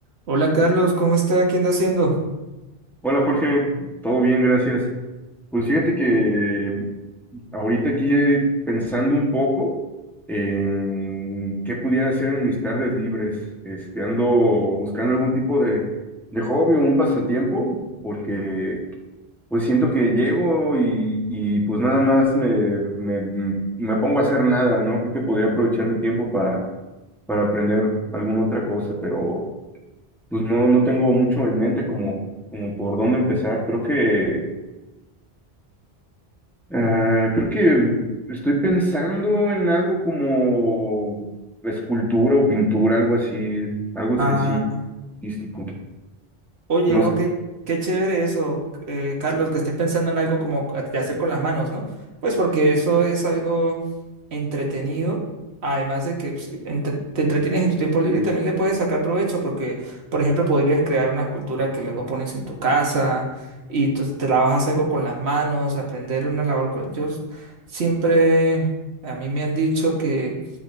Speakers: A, on the right; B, in the centre.
A: Hola Carlos, ¿cómo está? ¿Qué anda haciendo?
B: Hola Jorge, todo bien, gracias. Pues fíjate que ahorita aquí eh, pensando un poco en qué pudiera hacer en mis tardes libres, este, ando buscando algún tipo de, de hobby o un pasatiempo, porque pues siento que llego y, y, pues nada más me, me, mm, me pongo a hacer nada, ¿no? Creo que podría aprovechar mi tiempo para, para aprender alguna otra cosa, pero... Pues no, no tengo mucho en mente como, como por dónde empezar. Creo que, ah, creo que estoy pensando en algo como escultura o pintura, algo así, algo
A: Ah,
B: sencillo, artístico.
A: oye,
B: No
A: no,
B: sé.
A: qué, qué chévere eso, eh, Carlos, que estés pensando en algo como de hacer con las manos, ¿no? Pues porque eso es algo entretenido, además de que sí, entre- te entretienes en tu tiempo libre y también le puedes sacar provecho, porque, por ejemplo, podrías crear una escultura que luego pones en tu casa y tú trabajas algo con las manos, aprender una labor. co- Yo s- siempre, a mí me han dicho que